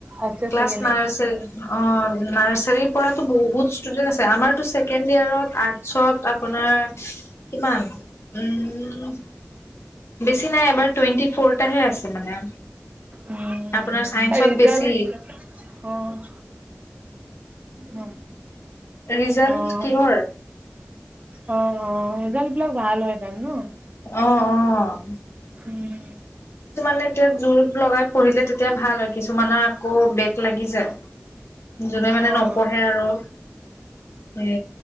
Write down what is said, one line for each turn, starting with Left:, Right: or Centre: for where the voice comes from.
Right: আছে
Left: ক্লাছ
Right: চাগে এনে।
Left: নাৰ্চাৰী অ' নাৰ্চাৰীৰ পৰাতো বহুত ষ্টুডেণ্ট আছে, আমাৰতো ছেকেণ্ড ইয়োৰত আৰ্ট ছত আপোনাৰ কিমান উম বেছি নাই, এবাৰ টুৱেণ্টি ফ'ৰটাহে আছে মানে।
Right: উম,
Left: আপোনাৰ চাইন্সত
Right: ৰিজাল্ট
Left: বেছি।
Right: অ'। হু।
Left: ৰিজাল্ট
Right: অ'। অ',
Left: কিহৰ
Right: অ' ৰিজাল্টবিলাক ভাল হয় তাৰ ন'?
Left: অ', অ'।
Right: হুম।
Left: কিছুমানে এতিয়া জোৰ লগাই পঢ়িলে তেতিয়া ভাল হয়, কিছুমানৰ আকৌ বেক লাগি যায়। যোনে মানে
Right: অ',
Left: নপঢ়ে আৰু। এ